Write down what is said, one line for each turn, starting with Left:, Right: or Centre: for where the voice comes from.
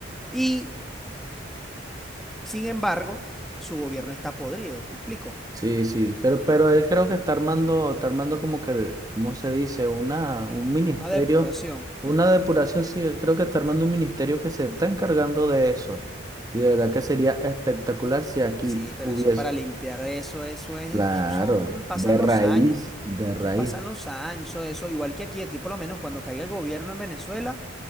Centre: y, sin embargo, su gobierno está podrido, ¿me explico?
Right: Sí, sí, pero, pero él creo que está armando, está armando como que, ¿cómo se dice? Una, un ministerio,
Centre: Una depuración.
Right: una depuración, sí, él creo que está armando un ministerio que se está encargando de eso. Y de verdad que sería espectacular si aquí
Centre: Sí, pero
Right: hubiese,
Centre: eso para limpiar eso, eso es,
Right: claro,
Centre: eso son, pasan
Right: de raíz,
Centre: los años.
Right: de raíz,
Centre: Eso pasan los años, eso, eso, igual que aquí, aquí por lo menos cuando caiga el gobierno en Venezuela,